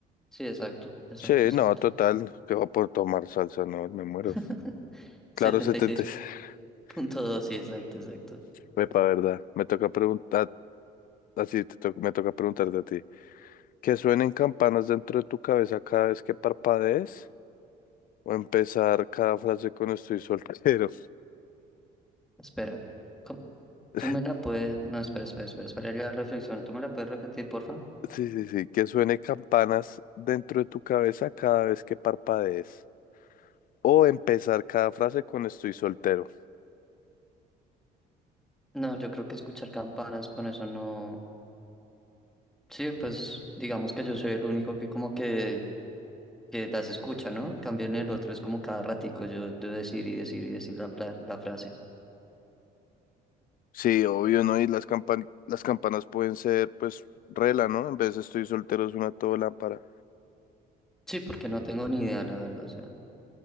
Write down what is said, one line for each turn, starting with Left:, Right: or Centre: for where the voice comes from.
Centre: Sí, exacto, exacto,
Left: Sí,
Centre: exacto.
Left: no, total, que va por tomar salsa, no, me muero.
Centre: <laughs> setenta
Left: Claro, 76.
Centre: y seis
Left: <laughs>
Centre: punto dos sí, exacto, exacto.
Left: Epa, verdad. Me toca preguntar, así te to- me toca preguntarte a ti. ¿Que suenen campanas dentro de tu cabeza cada vez que parpadees? ¿O empezar cada frase con estoy soltero?
Centre: Espera. ¿cómo?
Left: <laughs>
Centre: Tú me la puedes. No, espera, espera, espera, espera. La reflexión. ¿Tú me la puedes repetir, porfa?
Left: Sí, sí, sí, que suene campanas dentro de tu cabeza cada vez que parpadees. O empezar cada frase con estoy soltero.
Centre: No, yo creo que escuchar campanas con eso no. Sí, pues digamos que yo soy el único que como que, que las escucha, ¿no? Cambio en el otro, es como cada ratico yo debo decir y decir y decir la, fra- la frase.
Left: Sí, obvio, ¿no? Y las campan las campanas pueden ser, pues, rela, ¿no? En vez de estoy soltero es una todo lámpara.
Centre: Sí, porque no tengo ni idea, la verdad, o sea.